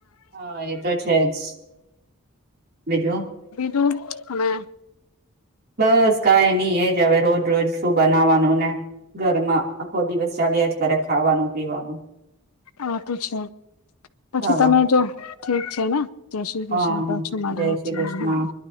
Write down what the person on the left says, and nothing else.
શું તમે
હા તો છે પછી
તમે જો ઠીક છે ને જય શ્રી કૃષ્ણ
પાછું મળએ
જ
છે
હા હ <inaudible>